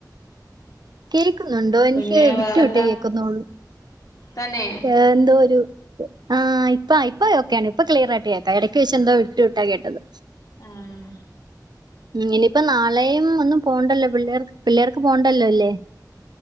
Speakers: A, on the right; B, on the left.
A: കേക്കുന്നുണ്ടോ എനിക്ക്
B: പിന്നെ
A: വിട്ടു
B: വേറെന്താ
A: വിട്ടേ കേക്കുന്നുള്ളൂ
B: തന്നെ
A: ഏന്തോരു ആഹ് ഇപ്പ ഇപ്പോ ഒക്കെയാണ് ഇപ്പൊ ക്ലിയറായിട്ട് കേക്കാം ഇടക്ക് വെച്ച് എന്തോ വിട്ടു വിട്ടാ കേട്ടത്
B: ആഹ്
A: ഉം ഇനിയിപ്പ നാളെയും ഒന്നും പോണ്ടല്ലോ പിള്ളേർ പിള്ളേർക്ക് പോണ്ടല്ലോല്ലേ